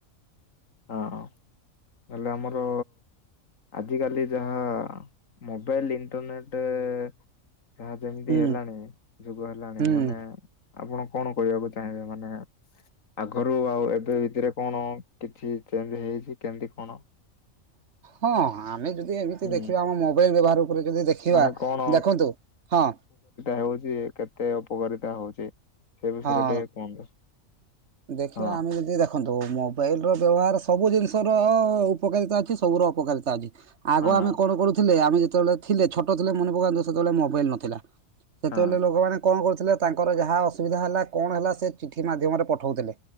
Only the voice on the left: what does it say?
ହଁ ହେଲେ ଆମର ଆଜିକାଲି ଯାହା ମୋବାଇଲ ଇଣ୍ଟରନେଟ୍ ଯାହା ଯେମିତି
ହେଲାଣି ଯୁଗ ହେଲାଣି
ମାନେ ଆପଣ କଣ କହିବାକୁ ଚାହିଁବେ ମାନେ ଆଗରୁ ଆଉ ଏବେ ଭିତରେ କଣ କିଛି ଚେଞ୍ଜ ହେଇଛି କେମିତି କଣ?
ହୁଁ
ମାନେ କଣ
ହେଉଛି କେତେ ଉପକାରିତା ହଉଛି ସେ ବିଷୟରେ
ଟିକେ କୁହନ୍ତୁ।
ହଁ
ହଁ।
ହଁ